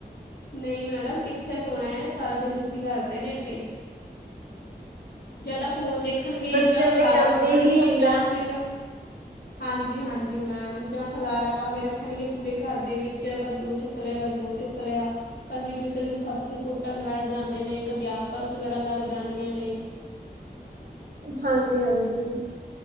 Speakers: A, on the left; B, on the right.
A: ਨਹੀਂ ਮੈਡਮ ਕਿੱਥੇ ਸੋਣਾ ਹੈ ਸਾਰਾ ਦਿਨ ਦੁਖੀ ਕਰਦੇ ਨੇ ਏਤੇ। ਜਾਂ ਤਾਂ ਫੋਨ ਦੇ ਦੇਖਣਗੇ
B: ਬੱਚਿਆਂ
A: ਜਾਂ ਖਿਲਾਰਾ
B: ਦਾ ਕੰਮ
A: ਪਾਉਣਗੇ
B: ਇਹੀ ਹੁੰਦਾ
A: ਜਾਂ ਫਿਰ, ਹਾਂਜੀ-ਹਾਂਜੀ ਜ ਮੈਮ ਜਾਂ ਖਲਾਰਾ ਪਾ ਕੇ ਰੱਖਣਗੇ ਪੂਰੇ ਘਰ ਦੇ ਵਿੱਚ, ਕਦੀ ਉਹ ਚੁੱਕ ਲਿਆ, ਕਦੀ ਉਹ ਚੁੱਕ ਲਿਆ, ਕਦੀ ਕਿਸੇ ਨੂੰ ਥੱਪੂ ਕੁੱਟਣ ਬੈਠ ਜਾਂਦੇ ਨੇ, ਕਦੇ ਆਪਸ ਚ ਲੜਨ ਲੱਗ ਜਾਂਦੀਆਂ ਨੇ
B: ਹਾਂਜੀ-ਹਾਂਜੀ